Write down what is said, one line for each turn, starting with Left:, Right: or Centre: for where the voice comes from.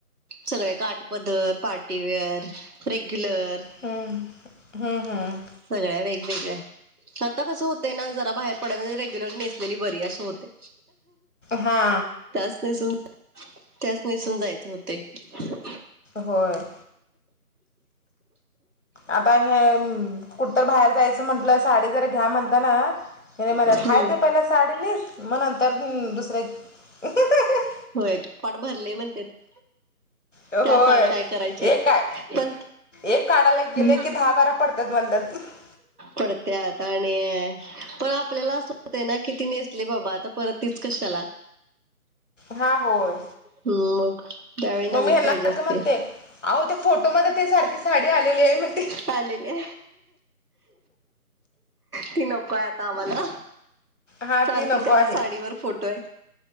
Right: सगळे काटपदर, पार्टीवेअर, रेग्युलर.
Left: ऊं हं हं.
Right: सगळ्या वेगवेगळ्या. आता कसं होतेय ना जरा बाहेर पडायच म्हजे रेग्युलर नेसलेली बरी असं होतय.
Left: हा
Right: तास नाही सुत त्यासनी <unintelligible> जायच होतयं.
Left: होय. आता हेअ कुठ तर बाहेर जायचं म्हंटलं साडी जर घ्या म्हणतान -- हिनी म्हणत्यात
Right: हम्म
Left: हाय ते पहिला साडी नेस. नंतर दुसऱ्या --
Right: होय कपाट भरलयं म्हणत्यात.
Left: होय
Right: त्या साड्या काय करायच्या
Left: एक काय
Right: हाईन पण
Left: एक काढायला गेले
Right: <inaudible>
Left: की दहा बारा पडतात म्हणतात
Right: पडत त्यात आणि पण आपल्याला असं होतय ना कि ती नेसली बाबा आता परत तीच कशाला.
Left: हा. होय.
Right: हम्म मग त्यावेळी नवीन
Left: मम्मी हेना
Right: पाहिजे
Left: सारखं
Right: असते
Left: म्हणते अहो ते फोटो मध्ये ते सारखे साडी आलेली आहे मग ते
Right: चालेले ती नकोय आता आम्हाला.
Left: हा
Right: सारखं
Left: ती नको
Right: त्याच
Left: आहे.
Right: साडीवर फोटो आहे